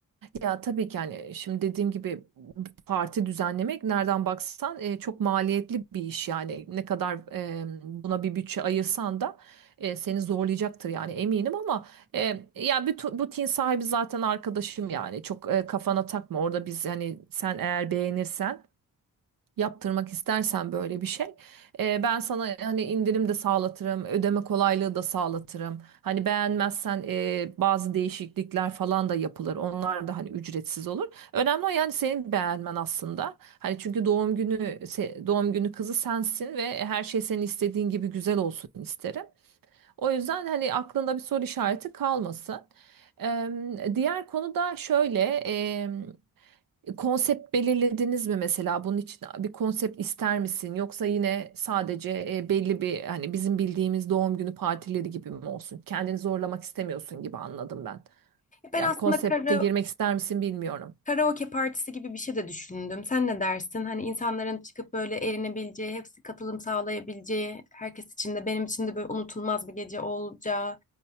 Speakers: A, on the right; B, on the left.
A: Ya tabii ki hani şimdi dediğim gibi parti düzenlemek nereden baksan e, çok maliyetli bir iş yani ne kadar e, buna bir bütçe ayırsan da e, seni zorlayacaktır yani eminim ama e, ya bu, bu tin sahibi zaten arkadaşım yani çok e, kafana takma orada biz hani sen eğer beğenirsen yaptırmak istersen böyle bir şey. e, ben sana hani indirim de sağlatırım, ödeme kolaylığı da sağlatırım. Hani beğenmezsen e, bazı değişiklikler falan da yapılır. Onlar da hani ücretsiz olur. Önemli o yani senin beğenmen aslında. Hani çünkü doğum günü se- doğum günü kızı sensin ve her şey senin istediğin gibi güzel olsun isterim. O yüzden hani aklında bir soru işareti kalmasın. Em, diğer konu da şöyle, em, konsept belirlediniz mi mesela? Bunun için bir konsept ister misin? Yoksa yine sadece e, belli bir hani bizim bildiğimiz doğum günü partileri gibi mi olsun? Kendini zorlamak istemiyorsun gibi anladım ben.
B: Ben
A: Ya
B: aslında
A: konsepte
B: kara
A: girmek ister misin bilmiyorum.
B: Karaoke partisi gibi bir şey de düşündüm. Sen ne dersin? Hani insanların çıkıp böyle eğlenebileceği, hepsi katılım sağlayabileceği, herkes için de benim için de böyle unutulmaz bir gece olacağı